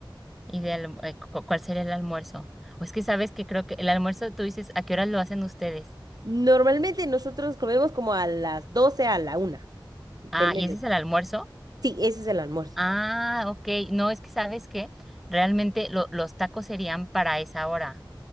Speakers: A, in the centre; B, on the right.
A: ¿Y de alm- eh, cu- cuál sería el almuerzo? O es que sabes que creo que el almuerzo, tú dices, ¿a qué horas lo hacen ustedes?
B: Normalmente nosotros comemos como a las 12 a la una del
A: Ah,
B: mediodía.
A: ¿y ese es el almuerzo?
B: Sí, ese es el almuerzo.
A: Ah, ok. No, es que sabes que realmente lo- los tacos serían para esa hora,